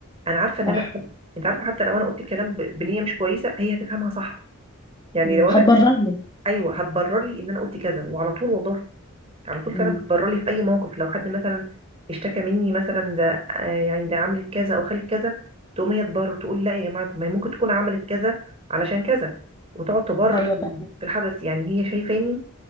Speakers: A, on the right; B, on the left.
A: انا عارفه ان
B: صح
A: انا <laughs> انت عارفه حتى لو انا قلت الكلام ب... بنيه مش كويسه هي هتفهمها صح يعني
B: امم
A: لو
B: هتبرر
A: انا
B: لك
A: ايوه هتبرر لي ان انا قلت كذا وعلى طول والله على طول فعلا
B: امم
A: بتبرر لي في اي موقف لو حد مثلا اشتكى مني مثلا ده آه، يعني ده عملت كذا او خلت كذا تقوم هي تبرر تقول لا يا جماعه طب ما هي ممكن تكون عملت كذا علشان كذا وتقعد تبرر
B: ايوه
A: في
B: فاهمه
A: في الحدث يعني هي شايفاني